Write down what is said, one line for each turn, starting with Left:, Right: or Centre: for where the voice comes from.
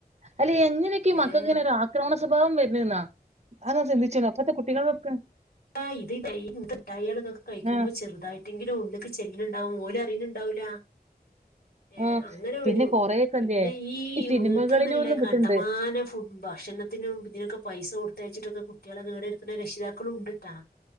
Right: അല്ല എങ്ങനെക്കെയാ
Left: ഏഹ്
Right: മക്കൾക്ക് ഇങ്ങനെ ഒരാ ക്രോണസ്വഭാവം വരുന്നെന്നാ അതന്ന് ചിന്തിച്ചു അപ്പത്തെ കുട്ടികളൊക്കെ
Left: ആഹ് ഇത് <unintelligible> ന്ത്ട്ടായികള് ഇതൊക്കെ കഴിക്കുമ്പോ
Right: ആ
Left: ചെറുതായിട്ട് എന്തെങ്കിലും വുഡൊക്കെ ചെല്ല്ണ്ടാവും ഓല് അറിയുന്നിണ്ടാവൂല്ല ഏഹ്
Right: ആ
Left: അങ്ങനെ
Right: പിന്നെ
Left: വരോ
Right: കൊറേയൊക്കെ
Left: പിന്നെ
Right: എന്ത്യേ
Left: ഈ
Right: സിനിമകളിലും
Left: വീട്ടിന്നിള്ള
Right: ഒന്നും
Left: കണ്ടമാനം
Right: കിട്ടുന്നുണ്ട്
Left: ഫുഡ് ഭക്ഷണത്തിനും ഇതിനൊക്കെ പൈസ കൊടുത്തയച്ചിട്ടൊക്കെ കുട്ടികളെ കേടുവരുത്തണ രക്ഷിതാക്കളുണ്ട് താ